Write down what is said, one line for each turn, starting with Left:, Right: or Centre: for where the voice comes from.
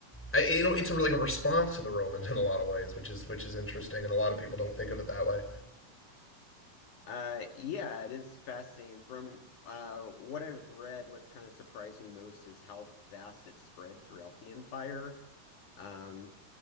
Centre: I, you know, it's a, like a response to the Romans in a lot of ways, which is which is interesting, and a lot of people don't think of it that way.
Left: Uh, yeah, it is fascinating. From uh, what I've read, what's kind of surprised me most is how fast it spread throughout the empire. Um,